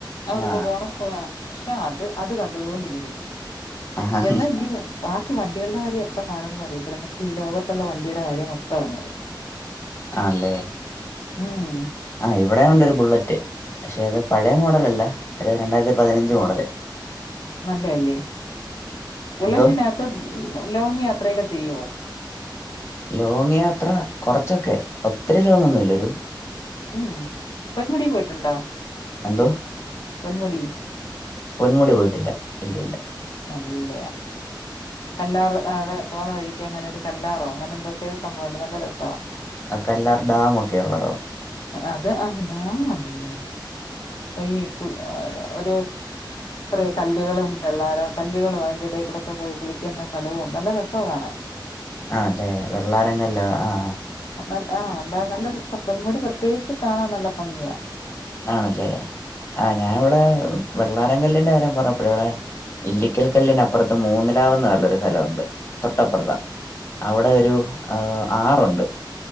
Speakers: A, on the left; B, on the left.
A: അവർക്ക്
B: ആ
A: ബോണസ് പോകാ പക്ഷെ അത് അത് കണ്ടൊണ്ടിങ്ങനെ ഇരി
B: ആഹ്.
A: എന്നായിങ്ങ് വാ ക്ക് വണ്ടികൾടെ കാര്യപ്പ കാണുന്നറിയത്തില്ല പക്ഷെ ഈ ലോകത്തുള്ള വണ്ടീടെ കാര്യം മൊത്തം അവനറി
B: ആല്ലേ
A: ഉം
B: ആഹ് ഇവടേ ഉണ്ടൊരു ബുള്ളറ്റ് പക്ഷെ അത് പഴയ മോഡലല്ല ഒര് രണ്ടായിര്ത്തി പതിനഞ്ച് മോഡല്
A: മല്ലയല്ലേ ബുള്ളറ്റിന്റാ
B: എന്തോ
A: ത്ത് ലോങ്ങ്‌ യാത്രയൊക്കെ ചെയ്യുവോ
B: ലോങ് യാത്ര കൊറച്ചൊക്കെ ഒത്രി ലോങ്ങൊന്നുല്ലരു
A: ഉം പൊന്മുടി പോയിട്ടുണ്ടോ
B: എന്തോ
A: പൊന്മുടി
B: പൊന്മുടി പോയിട്ടില്ല ഇല്ല ഇല്ല
A: നല്ലേ കല്ലാറ് അവിടെ പോന്ന വഴിക്ക് അങ്ങനെരു കല്ലാറോ അങ്ങനെ എന്തൊക്കെ സംഭവുണ്ട് നല്ല രസാ
B: അകല്ലാർ ഡാമൊക്കെള്ളടോ
A: അത് അഹ് ലാമല്ല പൈ കുൽ ഒരു ഇത്രയുകല്ലേളും വെള്ളാരം കല്ലുകളും അയ്ന്റെടേക്കൂടക്കെ പോയി കുളിക്ക്യന്ന സ്ഥലവും നല്ല രസാവും കാണാൻ
B: അതെ വെള്ളാരങ്കല്ലോ ആഹ്
A: നൽ ആഹ് അല്ല നല്ല രസ പൊന്മുടി പ്രത്യേകിച്ച് കാണാൻ നല്ല പങ്ങിയാ
B: ആണല്ലേ ആഹ് ഞായിവിടെ വെള്ളാരങ്കല്ലിന്റെ കാര്യം പറ പ്പഴ്ടെ ഇല്ലിക്കൽക്കല്ലിനപ്പറത്ത് മൂന്നിലാവൊന്നർള്ളര് സ്ഥലവുണ്ട് തൊട്ടപ്രത്താ അവിടെ ഒരു ആറുണ്ട്